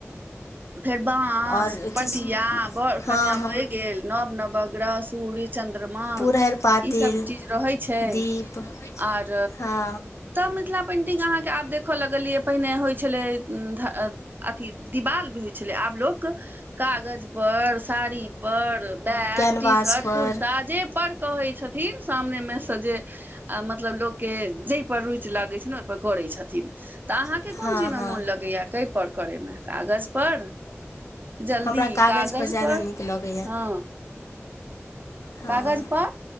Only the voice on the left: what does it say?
आओर
चीज
हँ
हँ
पुरहरि पातिल
दीप
हँ
कैनवासपर
छनि
अपन
करै छथिन हँ हँ
हमरा कागजपर
ज्यादा
नीक लगैए
हँ